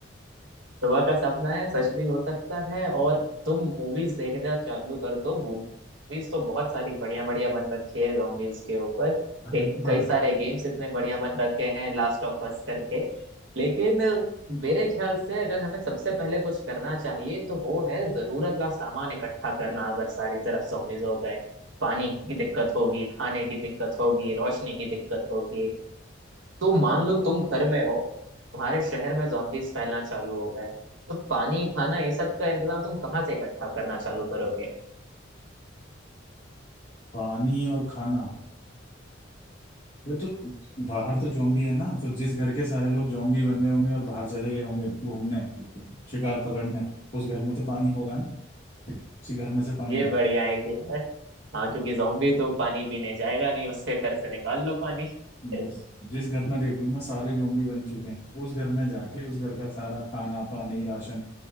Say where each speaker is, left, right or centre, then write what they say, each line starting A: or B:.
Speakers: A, on the right; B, on the left.
A: सुबह का सपना है सच भी हो सकता है और तुम मूवीज देखते हो चालू कर दो मूवीज तो बहुत सारी बढ़िया बढ़िया बन रखी है zombies के ऊपर खे-
B: अगली बार
A: कई सारे गेम्स इतने बढ़िया बन रखे हैं लास्ट ऑफ अस करके लेकिन मेरे ख्याल से अगर हमें सबसे पहले कुछ करना चाहिए तो वो है जरूरत का सामान इकट्ठा करना अगर सारी तरफ zombies हो गए पानी की दिक्कत होगी खाने की दिक्कत होगी रोशनी की दिक्कत होगी तो मान लो तुम घर में हो तुम्हारे शहर में zombies फैलना चालू हो गए तो पानी खाना ये सब का इंतजाम तुम कहाँ से इकट्ठा करना चालू करोगे
B: पानी और खाना ये तो बाहर तो जोम्बी है ना तो जिस घर के सारे लोग जोम्बी बन गए होंगे और बाहर चले गए होंगे घूमने शिकार पकड़ने उस घर में तो पानी होगा ना उसी घर में से पानी
A: ये
B: उठाना
A: बढ़िया आइडिया है हाँ क्योंकि zombie तो पानी पीने जाएगा नहीं उसके घर से निकाल लो पानी
B: बस
A: <laughs>
B: जिस घर में देख लूंगा सारे जोम्बी बन चुके हैं उस घर में जाके उस घर का सारा खाना पानी राशन